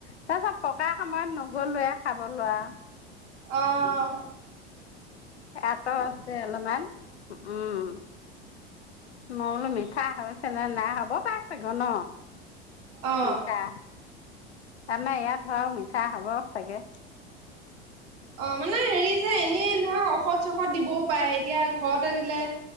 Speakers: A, on the left; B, on the right.
A: তাৰপিছত পকা সময় নগ'লয়ে খাব লোৱা
B: অহ
A: এটা হছে অলপমান উম মই বোলো মিঠা হৈছে নে নাই, হ'ব পাইছাগ ন?
B: অ
A: আছা তাৰমানে ইয়াত হোৱা মিঠা হ'ব চাগে
B: অ মানে হেৰি যে এনেই ধৰক ঔষধ চষদ দিবও পাৰে এতিয়া ঘৰতে দিলে